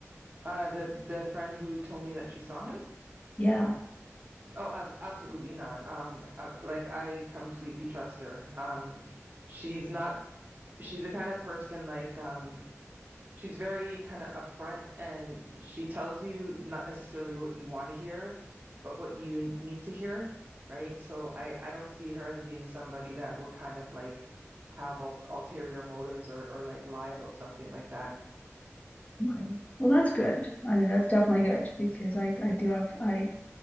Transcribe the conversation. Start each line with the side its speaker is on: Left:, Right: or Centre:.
Right: Uh, the the friend who told me that she saw him.
Left: Yeah.
Right: Oh, ab absolutely not. Um, uh, like I completely trust her. Um, she's not, she's the kind of person like, um, she's very kind of upfront and she tells you not necessarily what you want to hear, but what you need to hear, right? So I, I don't see her as being somebody that would kind of like have ul ulterior motives or, or like lie about something like that.
Left: Okay. Well, that's good. I mean, that's definitely good because I I do have I